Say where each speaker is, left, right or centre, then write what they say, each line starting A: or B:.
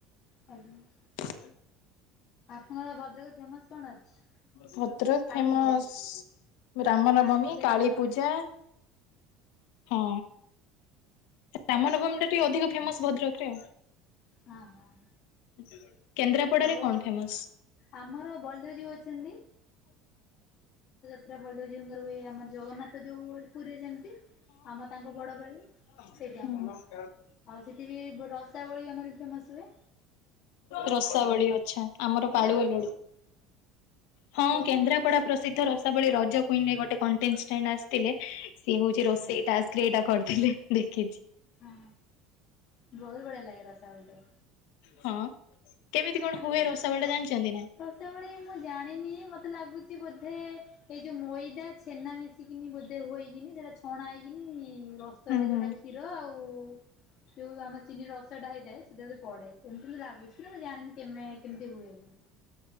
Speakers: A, on the left; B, on the left.
A: ଆଜ୍ଞା।
B: <unintelligible>
A: ଆପଣଙ୍କର ଭଦ୍ରକ ରେ ଫେମସ କଣ ଅଛି?
B: ଭଦ୍ରକ
A: କାଳୀ
B: ଫେମସ
A: ପୂଜା
B: ରାମ ନବମୀ,
A: କାଳୀ ପୂଜା
B: କାଳୀ
A: ତ ହଁ
B: ପୂଜା ହଁ ରାମନବମୀ ଟା ଟିକେ ଅଧିକ ଫେମସ ଭଦ୍ରକ ରେ ଆଉ।
A: ହଁ ହଁ।
B: <unintelligible> କେନ୍ଦ୍ରାପଡାରେ
A: ଆଉ
B: କଣ ଫେମସ?
A: ଆମର ବଳଦେବ ଜୀଉ ଅଛନ୍ତି ବଳଦେବଜୀଉଙ୍କର ହୁଏ ଆମର ଜଗନ୍ନାଥ ଯୋଉ ପୁରୀରେ ଯେମିତି ଆମ ତାଙ୍କ ବଡ ଭାଇ
B: <inaudible>
A: ସେଇଠି
B: ହୁଁ
A: ଆମର
B: ନମସ୍କାର।
A: ଆଉ ସେଠି ବି ବ୍ -ରସାବଳି ଆମର ଫେମସ ହୁଏ।
B: ରସାବଳି ଅଛା ଆମର ପାଲୁଆ
A: ହଁ
B: ଲଡୁ। ହଁ କେନ୍ଦ୍ରାପଡା ପ୍ରସିଦ୍ଧ ର ସେତେବେଳେ ରଜ କୁଇନରେ ଗୋଟେ କଣ୍ଟେଷ୍ଟାଣ୍ଟ ଆସିଥିଲେ ସିଏ ହଉଛି
A: ଆଜ୍ଞା
B: ରୋଷେଇଟାସ୍କ ରେ ଏଟା କରିଥିଲେ ମୁଁ ଦେଖିଛି।
A: ହଁ ବହୁତ ବଢିୟା ଲାଗେ ରାସାବଳୀ ଟ।
B: ହଁ କେମିତି କଣ ହୁଏ ରାସାବଳୀ ଟା ଜାଣିଛନ୍ତି ନା?
A: ରାସାବଳୀ ମୁଁ ଜାଣିନି ମତେ ଲାଗୁଛି ବୋଧେ- ଏଇ ଯୋଉ ମଇ ଦା ଛେନା ମିଶିକିନି ବୋଧେଇକିନି ସେଟା ଛଣା ହେଇକି ରସରେ
B: ହୁଁ ହୁଁ
A: ଯୋଉଟା କ୍ଷୀର ଆଉ ଯୋଉ ଆମର ଚିନି ରସଟା ହେଇଥାଏ ସେଟା ପଡେ ସେମିତି କେମତି ଲାଗୁଛି ନା ମୁଁ ଜାଣିନି କେ କେମିତି ହୁଏବ।